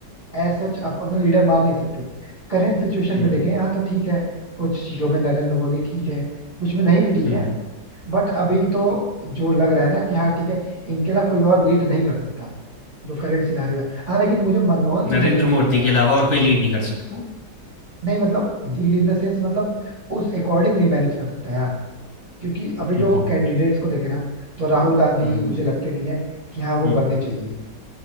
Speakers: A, on the right; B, on the left.
A: एज सच आप अपना लीडर मान नहीं सकते करंट सिचुएशन
B: हुँ,
A: में देखें हाँ तो ठीक है कुछ चीजों में नरेंद्र मोदी ठीक है कुछ में नहीं भी ठीक
B: हुँ।
A: है बट अभी तो जो लग रहा है ना कि हाँ ठीक है इनके अलावा कोई और लीड नहीं कर सकता जो करंट सिनारियो है हाँ लेकिन मुझे मनमोहन सिंह
B: नरेंद्र
A: वैसे पसंद
B: मोदी
A: है यार.
B: के अलावा और कोई लीड नहीं कर सकता।
A: नहीं मतलब लीड इन द सेंस मतलब उस अकॉर्डिंग नहीं मैनेज कर सकता यार क्योंकि अभी जो
B: हुँ, हुँ, हुँ,
A: कैंडिडेट्स को देखे ना तो राहुल गांधी
B: हुँ,
A: मुझे लगते नहीं है कि हाँ वो
B: हुँ।
A: बनने चाहिए